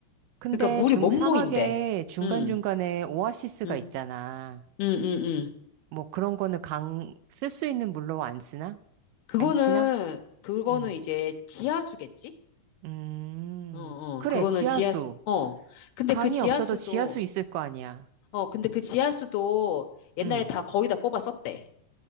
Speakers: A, on the right; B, on the left.
A: 근데
B: 그러니까 물이
A: 중,
B: 못
A: 사막에
B: 모인대.
A: 중간중간에
B: 음.
A: 오아시스가
B: 음.
A: 있잖아.
B: 음, 음, 음.
A: 뭐 그런 거는 강, 쓸 수 있는 물로 안 쓰나?
B: 그거는
A: 안 치나?
B: 그거는
A: 음,
B: 이제 지하수겠지?
A: 음.
B: 어, 어.
A: 그래,
B: 그거는
A: 지하수.
B: 지하수. 어. 근데
A: 강이
B: 그 지하수도
A: 없어도 지하수 있을 거 아니야.
B: 어, 근데 그 지하수도 옛날에
A: 음,
B: 다 거의 다 뽑아 썼대.